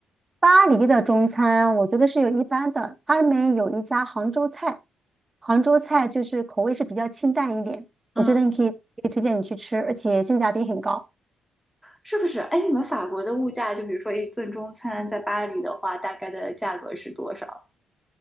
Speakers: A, on the right; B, in the centre.
A: 巴黎的中餐我觉得是有一般的，他们有一家杭州菜，杭州菜就是口味是比较清淡一点，我觉得你可以可以推荐你去吃，
B: 嗯，
A: 而且性价比很高。
B: 是不是？哎，你们法国的物价，就比如说一顿中餐在巴黎的话，大概的价格是多少？